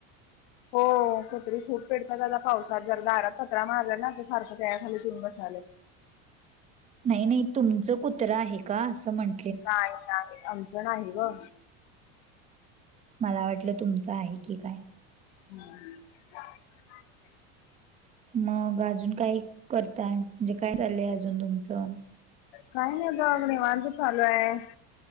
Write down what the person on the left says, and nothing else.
हो कुत्री खूप पेडतात आता पावसात जर दारात पतरा मारला ना ते सारखं त्यायाखाली घेऊन बसालय.
नाही नाही आमच नाही ग.
<unintelligible>
काय नाही बघ निवांत चालू आहे.